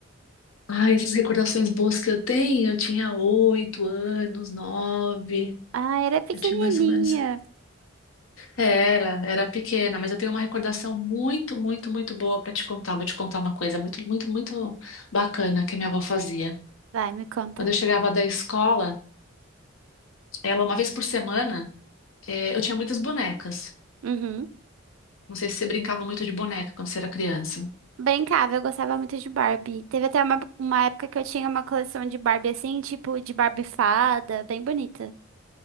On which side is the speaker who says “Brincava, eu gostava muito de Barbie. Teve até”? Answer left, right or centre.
Right